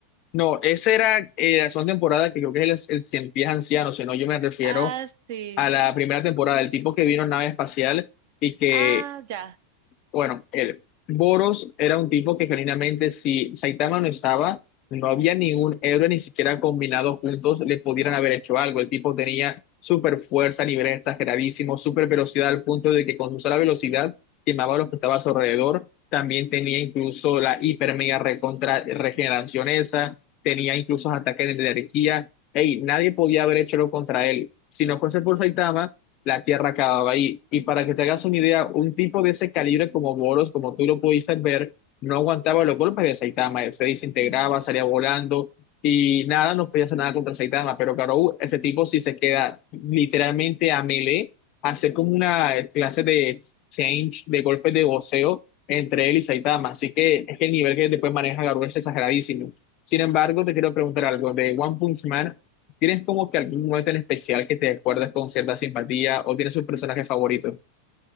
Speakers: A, on the left (about 45°); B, on the right (about 55°).
A: No, esa era eh, la segunda temporada que creo que es el, el Cien Pies Anciano, si no, yo me refiero
B: Ah, sí.
A: a la primera temporada, el tipo que vino en nave espacial y que
B: Ah, ya.
A: bueno, el Boros era un tipo que genuinamente si Saitama no estaba, no había ningún héroe ni siquiera combinado juntos le pudieran haber hecho algo. El tipo tenía super fuerza a nivel exageradísimo, super velocidad al punto de que con su sola velocidad quemaba a los que estaban a su alrededor. También tenía incluso la hiper mega recontra regeneración esa, tenía incluso ataques de energía. Ey, nadie podía haber hecho lo contra él. Si no fuese por Saitama, la tierra acababa ahí. Y para que te hagas una idea, un tipo de ese calibre como Boros, como tú lo pudiste ver, no aguantaba los golpes de Saitama, se desintegraba,
B: No.
A: salía volando y nada, no podía hacer nada contra Saitama. Pero Garou, ese tipo si se queda literalmente a melee, hacer como una clase de exchange, de golpes de voceo entre él y Saitama. Así que es que el nivel que después maneja Garou es exageradísimo. Sin embargo, te quiero preguntar algo de One Punch Man. ¿Tienes como que algún momento en especial que te acuerdas con cierta simpatía o tienes sus personajes favoritos?